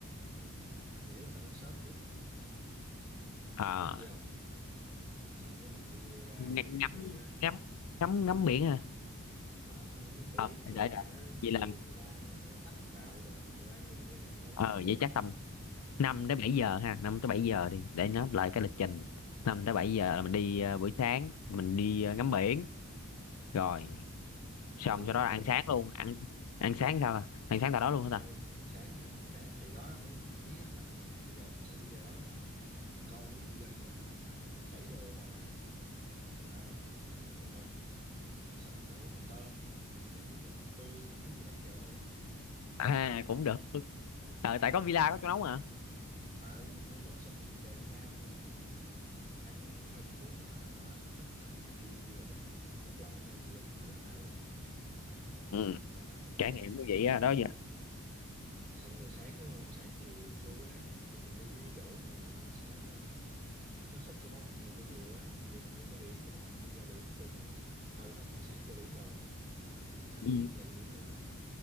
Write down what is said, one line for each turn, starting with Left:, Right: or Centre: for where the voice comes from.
Right: thì mình anh nghĩ là nó thức sớm một chút
Left: ờ,
Right: biết gì không xong cái mình đi ra
Left: ng-
Right: ngoài
Left: ngắm
Right: phía biển á
Left: ngắm ngắm ngắm biển ha
Right: ở ngắm biển
Left: ờ, để
Right: rồi
Left: để
Right: cả người
Left: vậy là
Right: người ta đánh bắt vào đồ đồ ăn đồ này kia này người ta đánh
Left: ờ
Right: bắt vô
Left: vậy
Right: đúng
Left: chắc
Right: không
Left: tầm 5 tới 7 giờ ha 5 tới 7 giờ đi để nó
Right: Ừ,
Left: lại cái lịch trình năm tới bảy giờ là mình đi ờ, buổi sáng mình đi ờ, ngắm biển rồi
Right: đúng rồi ngắm
Left: xong
Right: biển
Left: sau đó là
Right: rồi
Left: ăn sáng luôn ăn ăn sáng sao ta? ăn sáng tại đó luôn hả
Right: Ê,
Left: ta
Right: ăn sáng hả ăn sáng thì đó mấy ý anh là vậy nè bây giờ mình sẽ đi ra đó đúng không mình coi mấy ngư dân ta đẩy đồ vào nè đấy mình mua mực xong mình nấu mì tôm mình ăn với mực tươi người ta mới vừa bắt vào luôn
Left: à
Right: thấy không
Left: cũng được Ờ, tại có villa có chỗ nóng à
Right: ờ mình mua mực xong mình về villa mình nấu mì ăn hơi bị cuốn luôn á hồi đó anh thích anh đi du lịch anh một lần anh ăn gì anh nhớ hoài luôn á
Left: ừ,
Right: đó.
Left: trải nghiệm như
Right: xong
Left: vậy á
Right: rồi
Left: đó
Right: xong rồi sáng đúng không sáng thì chưa có nắng thì mình đi mấy cái chỗ mà nó sẽ ờ, nó không có bóng này kia nhiều á ví dụ mình ra bãi biển rồi mình đi vào biển cũng được nè ờ không hồi sáng vào biển rồi hồi lúc ờ,
Left: Ừ.
Right: bốn năm giờ vào biển rồi đúng không